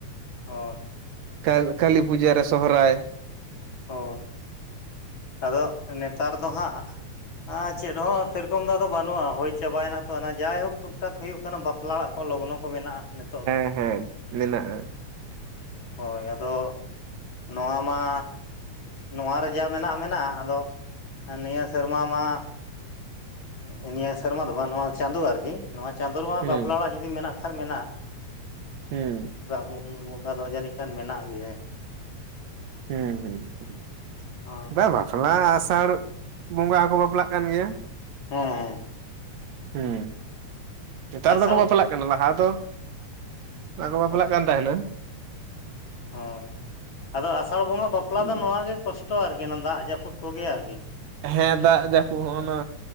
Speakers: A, on the left (about 45°); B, on the right (about 75°).
A: ᱦᱳᱭ
B: ᱠᱟ ᱠᱟᱞᱤ ᱯᱩᱡᱟ ᱨᱮ ᱥᱚᱦᱨᱟᱭ ᱾
A: ᱚ ᱟᱫᱚ ᱱᱮᱛᱟᱨ ᱫᱚ ᱦᱟᱸᱜ ᱟᱸ ᱪᱮᱫ ᱦᱚᱸ ᱥᱮᱨᱚᱠᱚᱢ ᱫᱟᱜ ᱫᱚ ᱵᱟᱹᱱᱩᱜᱼᱟ ᱦᱩᱭᱳ ᱪᱟᱵᱟᱭᱮᱱᱟ ᱛᱚ ᱡᱟᱭ ᱦᱳᱠ ᱴᱩᱠ ᱴᱟᱠ ᱦᱩᱭᱩᱜ ᱠᱟᱱᱟ ᱵᱟᱯ ᱞᱟ ᱚᱲᱟᱜ ᱠᱚ ᱞᱚᱜᱱᱚ ᱠᱚ ᱢᱮᱱᱟᱜᱼᱟ ᱾
B: ᱦᱮᱸ ᱦᱮᱸ ᱢᱮᱱᱟᱜᱼᱟ ᱾
A: ᱦᱳᱭ ᱟᱫᱚ ᱱᱚᱣᱟ ᱢᱟ ᱱᱚ ᱨᱮ ᱡᱟ ᱢᱮᱱᱟᱜᱼᱟ ᱢᱮᱱᱟᱜᱼᱟ ᱟᱫᱚ ᱱᱤᱭᱟᱹ ᱥᱮᱨᱢᱟ ᱢᱟ ᱮᱸᱜ ᱱᱤᱭᱟᱹ ᱥᱮᱨᱢᱟ ᱫᱚ ᱱᱚᱭᱟᱹ ᱪᱟᱸᱫᱚ ᱟᱨᱠᱤ ᱾ ᱱᱚᱣᱟ ᱪᱟᱸᱫᱳ ᱨᱮ ᱢᱟᱦᱟ
B: ᱦᱩᱸ
A: ᱵᱟᱯᱞᱟ ᱚᱲᱟᱜ ᱡᱩᱫᱤ ᱢᱮᱱᱟᱜ ᱠᱷᱟᱱ ᱢᱮᱱᱟᱜᱼᱟ ᱾
B: ᱦᱮᱸ ᱾
A: ᱥᱚᱨᱟᱵᱚᱱ ᱵᱚᱸᱜᱟ ᱫᱚ ᱡᱟᱹᱱᱤᱡ ᱠᱷᱟᱱ ᱢᱮᱱᱟᱜ ᱜᱮᱭᱟ᱾
B: ᱦᱩᱸ ᱦᱩᱸ ᱦᱩᱸ,
A: ᱦᱚᱸ
B: ᱵᱟ ᱵᱟᱯᱞᱟ ᱟᱥᱟᱲ ᱵᱚᱸᱜᱟ ᱦᱚᱸᱠᱚ ᱵᱟᱯᱞᱟᱜ ᱠᱟᱱ ᱜᱮᱭᱟ᱾
A: ᱦᱮᱸ ᱦᱮᱸ ᱾
B: ᱦᱮᱸ ᱱᱮᱛᱟᱨ
A: ᱟᱥᱟᱲ
B: ᱫᱚᱠᱚ ᱵᱟᱯᱞᱟᱜ ᱠᱟᱱᱟ ᱞᱟᱦᱟ ᱫᱚ ᱵᱟᱠᱚ ᱵᱟᱯᱞᱟᱜ
A: ᱦᱳᱭ
B: ᱠᱟᱱ ᱛᱟᱦᱮᱱᱟ ᱾
A: ᱦᱳᱭ ᱟᱫᱚ ᱟᱥᱟᱲ ᱵᱚᱸᱜᱟ ᱵᱟᱯᱞᱟ
B: ᱦᱩᱸ
A: ᱫᱚ ᱱᱚᱣᱟ ᱜᱮ ᱠᱚᱥᱴᱚ ᱟᱨᱠᱤ ᱫᱟᱜ ᱡᱟᱹᱯᱩᱫ ᱠᱚᱜᱮ ᱟᱨᱠᱤ ᱾
B: ᱦᱮᱸ ᱫᱟᱜ ᱡᱟᱹᱯᱩᱫ ᱦᱚᱸᱜ ᱚᱱᱟ